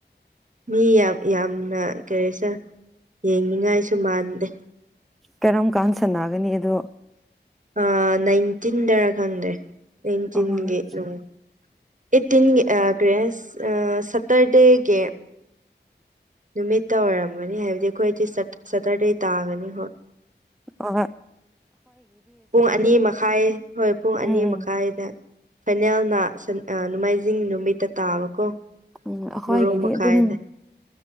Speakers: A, on the right; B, in the centre.
A: ꯃꯤ ꯌꯥꯝ ꯌꯥꯝꯅ ꯀꯔꯤꯁꯦ ꯌꯦꯡꯅꯤꯡꯉꯥꯏꯁꯨ ꯃꯥꯟꯗꯦ
B: ꯀꯔꯝ ꯀꯥꯟ ꯁꯥꯟꯅꯒꯅꯤ ꯑꯗꯣ
A: ꯑꯥ ꯅꯥꯏꯟꯇꯤꯟꯗꯔ ꯈꯪꯗ꯭ꯔꯦ ꯅꯥꯏꯟꯇꯤꯟꯒꯤ
B: ꯑꯣ
A: ꯅꯨꯡ ꯑꯩꯠꯇꯤꯟꯒꯤ ꯑꯥ ꯀ꯭ꯔꯤ ꯍꯥꯏꯁ ꯑꯥ ꯁꯇꯔꯗꯦꯒꯤ ꯅꯨꯃꯤꯠꯇ ꯑꯣꯏꯔꯝꯒꯅꯤ ꯍꯥꯏꯕꯗꯤ ꯑꯩꯈꯣꯏꯗꯤ ꯁꯇꯔ ꯁꯇꯔꯗꯦ ꯇꯥꯒꯅꯤ ꯀ‌ꯣ
B: ꯍ‌ꯣꯏ
A: ꯄꯨꯡ ꯑꯅꯤ ꯃꯈꯥꯏ ꯍꯣꯏ ꯄꯨꯡ ꯑꯅꯤ
B: ꯎꯝ ꯎꯝ
A: ꯃꯈꯥꯏꯗ ꯐꯥꯏꯅꯦꯜꯅ ꯁꯟ ꯑꯥ ꯅꯣꯡꯃꯥꯏꯖꯤꯡ ꯅꯨꯃꯤꯠꯇ ꯇꯥꯕꯀꯣ
B: ꯎꯝ ꯑꯩꯈꯣꯏꯒꯤꯗꯤ
A: ꯕꯣꯔꯣ ꯃꯈꯥꯏꯗ
B: ꯑꯗꯨꯝ